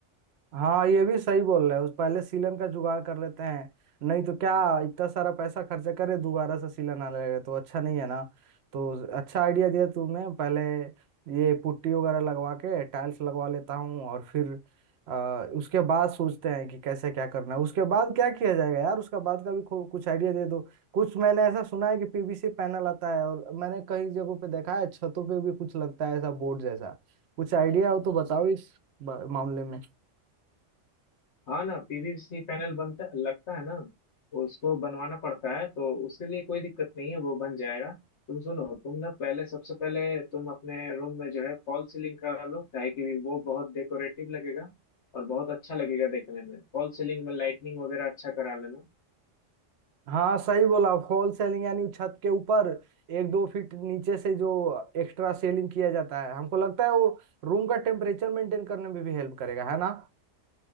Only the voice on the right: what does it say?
हाँ ये भी सही बोल रहे हो पहले सीलन का जुगाड़ कर लेते हैं नहीं तो क्या इतना सारा पैसा खर्चा करे दोबारा से सीलन आने लगे तो अच्छा नहीं है ना तो अच्छा आइडिया दिया तुमने पहले ये पुट्टी वगैरह लगवा के टाइल्स लगवा लेता हूँ और फिर आ, उसके बाद सोचते हैं कि कैसे क्या करना है उसके बाद क्या किया जाएगा यार उसका बाद का भी खू- कुछ आइडिया दे दो कुछ मैंने ऐसा सुना है कि पीवीसी पैनल आता है और मैंने कई जगहों पे देखा है छतों पे भी कुछ लगता है ऐसा बोर्ड जैसा कुछ आइडिया हो तो बताओ इस बा- मामले में
हाँ सही बोला फॉल सेलिंग यानी छत के ऊपर एक दो फीट नीचे से जो एक्स्ट्रा सेलिंग किया जाता है हमको लगता है वो रूम का टेम्परेचर मेंटेन करने में भी हेल्प करेगा है ना